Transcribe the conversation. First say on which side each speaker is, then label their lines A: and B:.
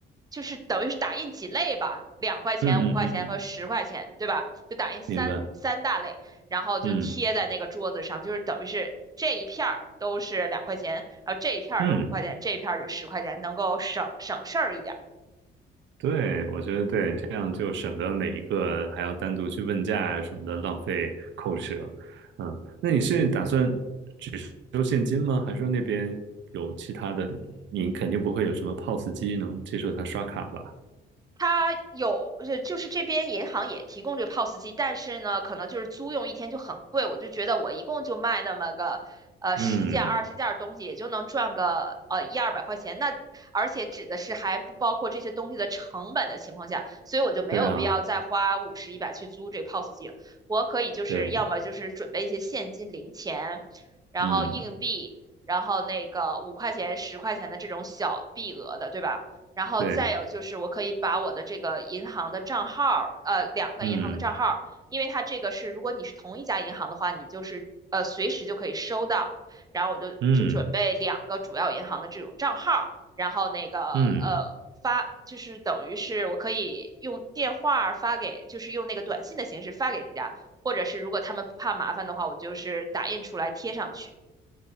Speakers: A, on the right; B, on the right.
A: 就是等于是打印几类吧，两块钱、
B: 嗯嗯嗯嗯，
A: 五块钱和十块钱，对吧？就打印三三大类，
B: 明白，
A: 然后就贴在那个桌子上，
B: 嗯
A: 就是等于是这一片儿都是两块钱，然后这一片儿都五块钱，
B: 嗯，
A: 这一片儿就十块钱，能够省省事儿一点。
B: 对，我觉得对，这样就省得每一个还要单独去问价啊什么的，浪费口舌。嗯，那你是打算收现金吗？还是说那边有其他的？你肯定不会有什么 POS 机能接受他刷卡吧？
A: 它有，呃就是这边银行也提供这个 POS 机，但是呢，可能就是租用一天就很贵。我就觉得我一共就卖那么个，呃，
B: 嗯，
A: 十件、二十件的东西，也就能赚个呃一二百块钱。那而且指的是还不包括这些东西的成本的情况下，所以我就没有必要再花五十、
B: 对啊，
A: 一百去租这个 POS 机了。我可以就是要么就是准备一些现金、
B: 对，
A: 零钱，然后硬币，
B: 嗯，
A: 然后那个五块钱、十块钱的这种小币额的，对吧？然后再有就是，
B: 对，
A: 我可以把我的这个银行的账号呃，两个银行的账号因为它这个是，
B: 嗯
A: 如果你是同一家银行的话，你就是呃随时就可以收到。然后我就就准备两个主要银行的这种账号然后那个呃发，
B: 嗯嗯。
A: 就是等于是我可以用电话发给，就是用那个短信的形式发给人家，或者是如果他们不怕麻烦的话，我就是打印出来贴上去。